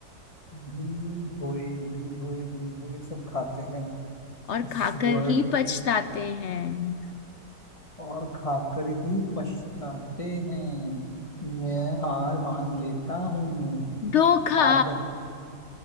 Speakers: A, on the left; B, on the left.
A: बिन भोए बिन भोए बिन भोए सब खाते हैं
B: और
A: इस
B: खाकर
A: वर्ड
B: ही
A: में
B: पछताते हैं
A: और खाकर ही पछताते हैं मैं हार मान लेता हूँ
B: धोखा
A: आप बत